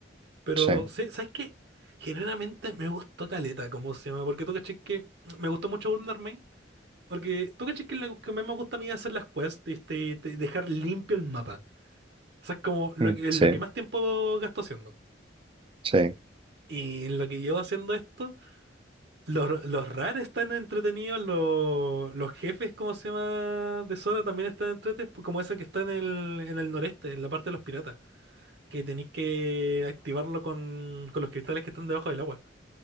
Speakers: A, on the right; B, on the right.
A: Pero,
B: Sí,
A: sí, ¿sabes qué? Generalmente me gustó Caleta, como se llama, porque tú caché que me gustó mucho Wonder Main. Porque tú caché que lo que más me gusta a mí es hacer las quests, este, te- dejar limpio el mapa. O sea, es como lo,
B: mm,
A: que-
B: sí,
A: lo que más tiempo gasto haciendo.
B: sí,
A: Y lo que llevo haciendo esto, los, los rares están entretenidos, los, los jefes, cómo se llama, de zona también están entretenidos, como ese que está en el, en el noreste, en la parte de los piratas. que tenéis que activarlo con, con los cristales que están debajo del agua.